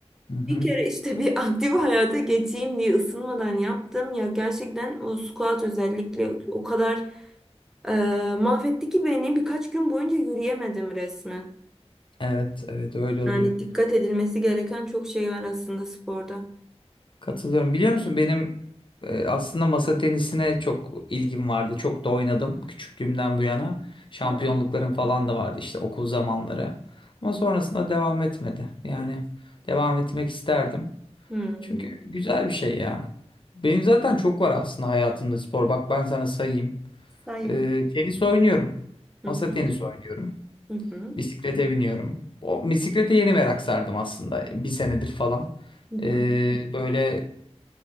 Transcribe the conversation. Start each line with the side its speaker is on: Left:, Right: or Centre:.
Left: hı hı.
Centre: Bir kere işte bir aktif hayata geçeyim diye ısınmadan yaptım. Ya gerçekten o squat özellikle o kadar e, mahvetti ki beni birkaç gün boyunca yürüyemedim resmen.
Left: Evet, evet öyle oluyor.
Centre: Yani dikkat edilmesi gereken çok şey var aslında sporda.
Left: Katılıyorum. Biliyor musun benim e, aslında masa tenisine çok ilgim vardı. Çok da oynadım küçüklüğümden bu yana. Şampiyonluklarım
Centre: Hı.
Left: falan da vardı işte okul zamanları. Ama sonrasında devam etmedi. Yani devam etmek isterdim.
Centre: Hmm.
Left: Çünkü güzel bir şey ya. Benim zaten çok var aslında hayatımda spor. Bak ben sana sayayım.
Centre: Sayadım.
Left: Ee, tenis oynuyorum.
Centre: Hı
Left: Masa
Centre: hı.
Left: tenisi oynuyorum.
Centre: Hı hı.
Left: Bisiklete biniyorum. O bisiklete yeni merak sardım aslında. Bir senedir falan.
Centre: Hı
Left: Ee,
Centre: hı.
Left: böyle